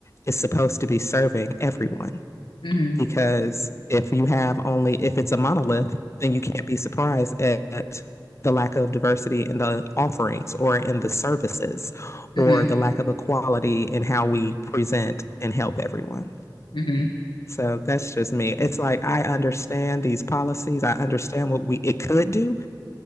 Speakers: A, on the left; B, on the left.
A: is supposed to be serving everyone
B: hmm
A: because if you have only if it's a monolith, then you can't be surprised at the lack of diversity in the offerings or in the services
B: hmm
A: or the lack of equality in how we present and help everyone.
B: hmm
A: So that's just me. It's like I understand these policies. I understand what we it could do,